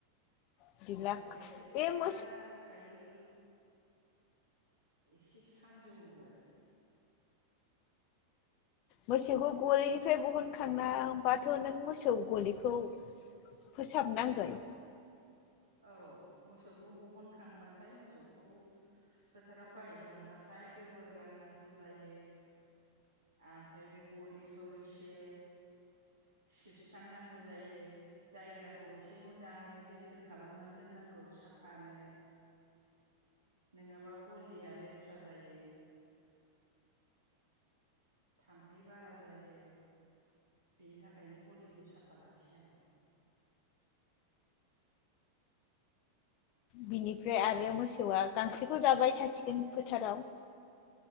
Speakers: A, on the left; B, on the right.
A: बिदिब्ला
B: ओमफ्राय गाइखेर सेग्रा
A: बे मोसौ
B: थायोब्ला एसे सानजौवो आरो
A: मोसौखौ गलिनिफ्राय बहनखांना बाथ' नों मोसौ गलिखौ फोसाबनांगोन
B: औ मोसौखौ बहनखांबाथाय मोसौखौ फोथाराव खाहैखांबाथाय गोबोर गारनांगौ जायो ओमफ्राय बे गलिखौ एसे सिबस्रांनांगौ जायो जायगाखौ एसे मोजाङै जोथोन खालामनानै दोननांगौ साफानो नङाबा गलिया लेथ्रा जायो थाम्फै बारा जायो बेनि थाखायनो गलिखौ साफा लाखिनांगौ।
A: बिनिफ्राय आरो मोसौआ गांसोखौ जाबाय थासिगोन फोथाराव